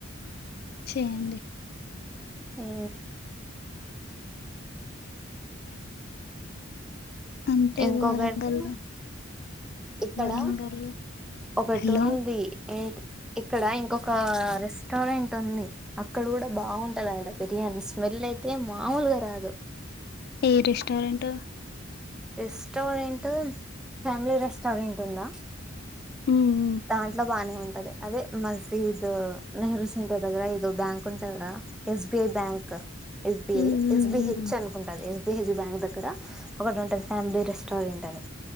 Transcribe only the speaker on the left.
చెయ్యండి
అంటే
వరంగల్లో
వరంగల్లో
హలో
ఏ రెస్టోారెంటు
ఉమ్
ఉమ్
ఉమ్ ఉమ్
ఉమ్